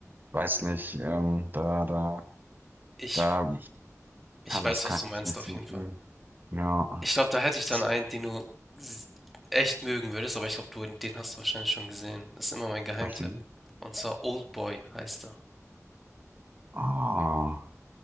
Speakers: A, on the right; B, in the centre.
A: weiß nicht, ähm, da, da
B: Ich
A: da ich
B: Ich
A: kann
B: weiß,
A: das kann
B: was du meinst
A: ich nicht
B: auf
A: so
B: jeden
A: gut.
B: Fall.
A: Ja,
B: Ich glaube, da hätte ich dann
A: ist
B: einen, den du s- echt mögen würdest, aber ich glaube, du, den hast du wahrscheinlich schon gesehen. Das ist immer mein Geheimtipp.
A: mal schön.
B: Und zwar Oldboy heißt er.
A: Ah,